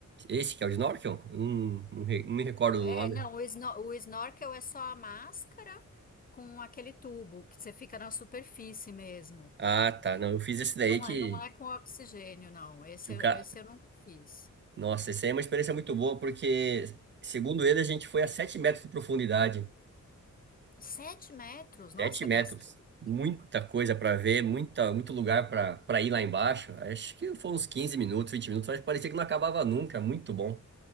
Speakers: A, on the right (about 40°); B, on the left (about 30°).
A: Esse que é o snorkel? Eu Não, não, re- não me recordo do
B: É,
A: nome.
B: não, o, sno- o snorkel é só a máscara com aquele tubo que você fica na superfície mesmo.
A: Ah, tá. Não, eu fiz esse daí
B: Não
A: que,
B: é, não é com oxigênio, não. Esse,
A: que o
B: eu-
A: cara.
B: esse eu nunca fiz.
A: Nossa, isso aí é uma experiência muito boa, porque, segundo ele, a gente foi a 7 metros de profundidade.
B: Sete metros, nossa,
A: 7 metros.
B: é bastante.
A: Muita coisa para ver, muita, muito lugar para para ir lá embaixo. Acho que foi uns 15 minutos, 20 minutos, mas parecia que não acabava nunca. Muito bom.